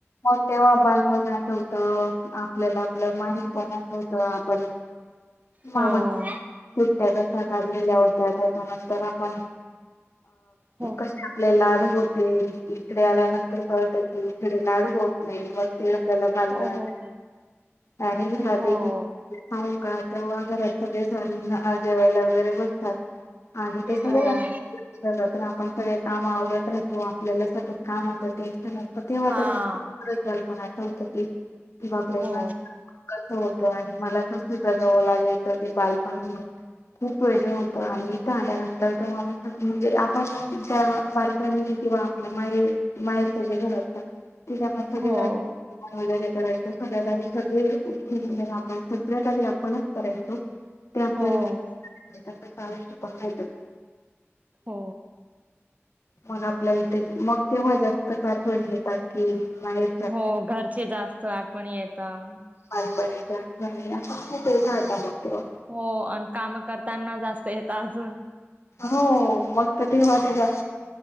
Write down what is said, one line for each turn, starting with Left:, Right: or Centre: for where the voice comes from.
Left: हो तेव्हा बालपण आठवत, आपल्याला आपलं माहेर पण आठवत मामा
Right: हो
Left: सुट्ट्या कशा काढलेल्या होत्या त्याच्यानंतर आपण
Right: हो
Left: कसे आपले लाड होते इकडे आल्यानंतर कळत की इकडे लाड नाही मस् ते आपल्याला बालपण
Right: हो हो
Left: आणि घरातील
Right: हो
Left: पण का तेव्हा घरात सगळे जण जेवायला वगैरे बसतात आणि ते सगळ
Right: हो
Left: जण आपण सगळे काम आवरत राहतो आपल्याला सतत काम असत तेच तर ना तेव्हापण
Right: हा
Left: की बालपण आठवत कि बापरे
Right: हो
Left: माझं कसं होतं आणि मला कसं जगावं लागायचं ते बालपण खूप वेगळं होतं आणि इथं आल्यानंतर तर म्हणजे आपण बालपणी किंवा आपल माहेर, माहेरच जे घर होतं तिथे आपण सगळे
Right: हो
Left: राहायचो काम वगैरे करायचो सगळ्यात आधी सगळे उठायचो सगळे आपण सगळ्यात आधी आपणच करायचो ते आपल
Right: हो
Left: आयुष्य नाही भेटत
Right: हो
Left: मग आपल्याला ते मग तेव्हा जास्तच आठवणी येतात की माहेर
Right: हो घरची जास्त आठवणी येतात
Left: बालपणीच्या आठवणी असं खूप आठवतात मग तेव्हा
Right: हो आणि काम करताना जास्त येतात अजून
Left: हो मग तर तेव्हा ते जास्त